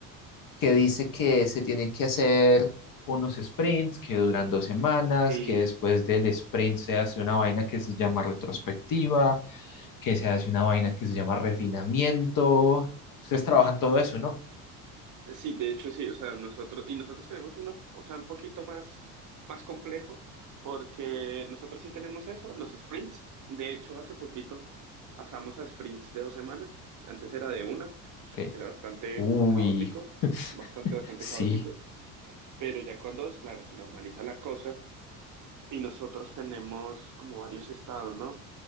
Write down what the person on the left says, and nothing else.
que dice que se tienen que hacer unos sprints que duran dos semanas,
que después del sprint se hace una vaina que se llama retrospectiva, que se hace una vaina que se llama refinamiento. Ustedes trabajan todo eso, ¿no?
Ok.
Uy.
<laughs>
Sí.